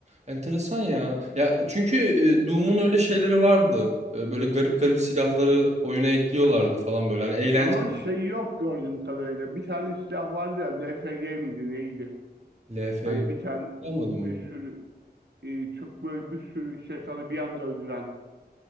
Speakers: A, on the right; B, on the right.
A: Enteresan ya. Ya çünkü e, Doom'un öyle şeyleri vardı. E, Böyle garip garip silahları oyuna ekliyorlardı falan böyle. Hani eğlenceli.
B: Ama şey yok gördüğüm kadarıyla. Bir tane silah vardı ya. LFG miydi neydi?
A: LFG
B: Hani bir tane
A: almadım
B: bir
A: onu.
B: sürü e, çok böyle bir sürü şeytanı bir anda öldüren